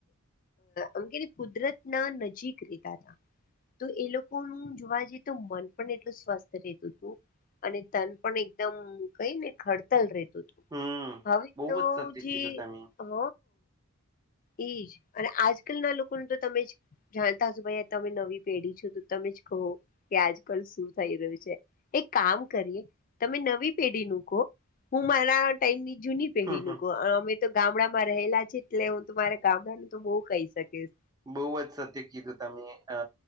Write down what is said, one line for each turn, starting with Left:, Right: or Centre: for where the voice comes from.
Left: અમકે કુદરત ના નજીક રેતા હતા. તો એ લોકો જોવા જઈએ તો મન પણ એટલું સ્વસ્થ રહેતું હતું અને તન પણ એકદમ કઈ ને ખડતલ રેટ
Right: હમ
Left: હવે
Right: બહુ
Left: તો
Right: જ સત્ય
Left: જે
Right: કીધું તમે
Left: હ એઈજ અને આજકાલ ના લોકોનું તો તમે જ જાણતા હશો ભાઈ તમે નવી પેઢી છો તમે જ કહો કે આજ કલ શું થઈ રહ્યું છે એક કામ કરીએ તમે નવી પેઢી ન કહો હું મારા ટાઈમની જૂની પેઢી
Right: હમ
Left: નું
Right: હમ
Left: અમે તો ગામડામાં રહેલા છે એટલે હુંરા ગામડાનું તો બઉુ કહી શકીશ
Right: બહુ જ સત્ય કીધું ત મેમે અ